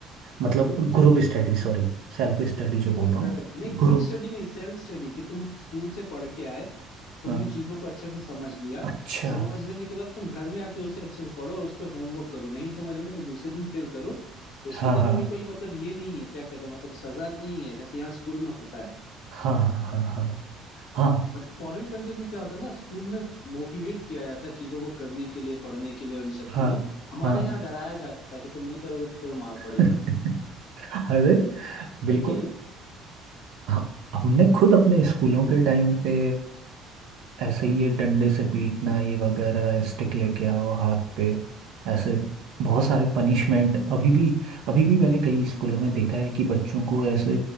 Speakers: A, on the right; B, on the left.
A: मतलब group study sorry self study जो बोल रहा
B: करेक्ट
A: हूँ
B: नहीं ग्रुप स्टडी नहीं सेल्फ स्टडी कि तुम स्कूल से पढ़ के आए तुमने
A: हाँ
B: चीजों को अच्छे से समझ लिया
A: अच्छा
B: समझ लेने के बाद तुम घर में आके उसे अच्छे से पढ़ो और उस पर होमवर्क करो नहीं समझ में तो दूसरे दिन फिर करो उसके
A: हाँ
B: लिए
A: हाँ
B: तुम्हें कोई मतलब ये नहीं है क्या कहते हैं मतलब सजा नहीं है जैसे यहाँ स्कूल में होता है
A: हाँ हाँ हाँ हाँ
B: मतलब फॉरेन कंट्रीज में क्या होता है ना स्कूल में मोटिवेट किया जाता है चीजों को करने के लिए पढ़ने के लिए और इन सब
A: हाँ
B: के लिए हमारे
A: हाँ हाँ
B: यहाँ डराया जाता है कि तुम नहीं करोगे तो तुम्हें मार पड़ेगी
A: <laughs> अरे बिल्कुल
B: है कि नहीं
A: हाँ हमने खुद अपने स्कूलों के टाइम पे ऐसे ही ये डंडे से पीटना ये वगैरह स्टिक लेके आओ हाथ पे ऐसे बहुत सारे पनिशमेंट अभी भी अभी भी मैंने कई स्कूलों में देखा है कि बच्चों को ऐसे